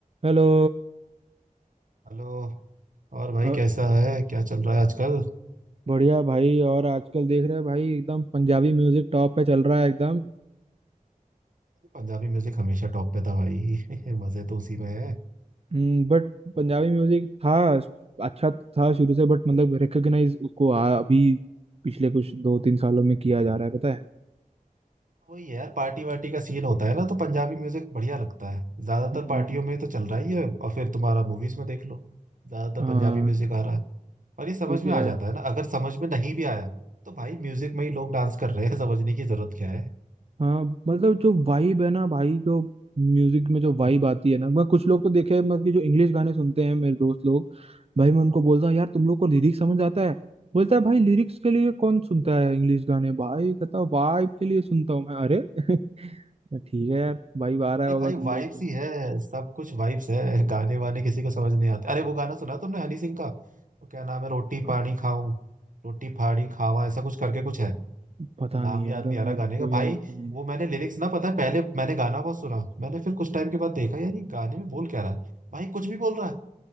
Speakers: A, on the right; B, on the right.
A: Hello
B: हेलो और भाई
A: अ-
B: कैसा है क्या चल रहा है आजकल
A: बढ़िया भाई और आजकल देख रहे हैं भाई एकदम पंजाबी म्यूजिक टॉप पे चल रहा है एकदम
B: पंजाबी म्यूजिक हमेशा टॉप पे था भाई <laughs> मजे तो उसी में है
A: हम्म, बट पंजाबी म्यूजिक था अच्छा था शुरू से बट मतलब रिकॉग्नाइज उसको आ, अभी पिछले कुछ दो तीन सालों में किया जा रहा है पता है
B: वही है यार पार्टी वार्टी का सीन होता है ना तो पंजाबी म्यूजिक बढ़िया लगता है ज्यादातर
A: हम्म
B: पार्टियों में तो चल रहा ही है और फिर तुम्हारा मूवीज में देख लो ज्यादातर
A: हाँ
B: पंजाबी म्यूजिक आ रहा है और ये समझ
A: तो
B: में
A: क्या
B: आ जाता है ना अगर समझ में नहीं भी आया तो भाई म्यूजिक में ही लोग डांस कर रहे हैं <laughs> समझने की जरूरत क्या है
A: हाँ मतलब जो वाइब है ना भाई जो म्यूजिक में जो वाइब आती है ना मैं कुछ लोग तो देखे हैं, मतलब कि जो इंग्लिश गाने सुनते हैं मेरे दोस्त लोग भाई मैं उनको बोलता हूँ यार तुम लोग को लिरिक्स समझ आता है बोलता है भाई लिरिक्स के लिए कौन सुनता है इंग्लिश गाने भाई कहता वाइब के लिए सुनता हूँ मैं अरे <laughs> ठीक है यार वाइब आ रहा
B: अरे
A: होगा
B: भाई
A: तुम
B: वाइब्स
A: लोग को
B: ही है सब कुछ वाइब्स है गाने वाने किसी को समझ नहीं आते अरे वो गाना सुना तुमने हनी सिंह का वो क्या नाम है रोटी
A: हाँ,
B: पानी खाऊं रोटी फाड़ी खावा ऐसा कुछ करके कुछ है
A: पता
B: वो नाम
A: नहीं यार
B: याद नहीं
A: मेरे
B: आ रहा गाने
A: को
B: का भाई
A: याद नहीं
B: वो मैंने लिरिक्स ना पता है पहले मैंने गाना बहुत सुना मैंने फिर कुछ टाइम के बाद देखा यार ये गाने में बोल क्या रहा है भाई कुछ भी बोल रहा है